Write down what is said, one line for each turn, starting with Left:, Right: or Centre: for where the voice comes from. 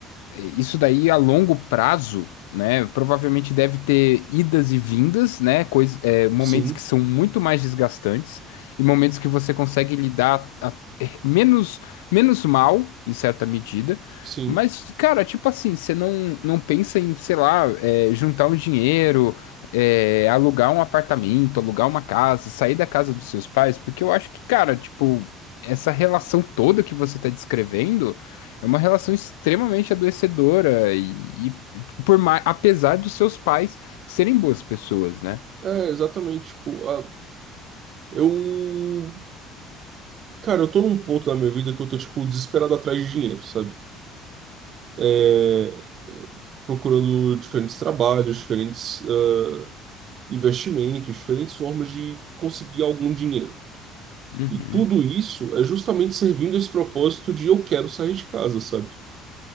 Left: É, isso daí a longo prazo, né? Provavelmente deve ter idas e vindas, né? Coisa, é, momentos
Right: Sim,
Left: que são muito mais desgastantes e momentos que você consegue lidar a- é, menos, menos mal, em certa medida.
Right: sim.
Left: Mas, cara, tipo assim, você não, não pensa em, sei lá, é, juntar um dinheiro, é, alugar um apartamento, alugar uma casa, sair da casa dos seus pais, porque eu acho que, cara, tipo, essa relação toda que você tá descrevendo. É uma relação extremamente adoecedora e, e por mais, apesar dos seus pais serem boas pessoas, né?
Right: É, exatamente. Tipo, a- eu. Cara, eu tô num ponto da minha vida que eu tô, tipo, desesperado atrás de dinheiro, sabe? É, procurando diferentes trabalhos, diferentes ah, investimentos, diferentes formas de conseguir algum dinheiro.
Left: Uhum.
Right: E tudo isso é justamente servindo esse propósito de eu quero sair de casa, sabe?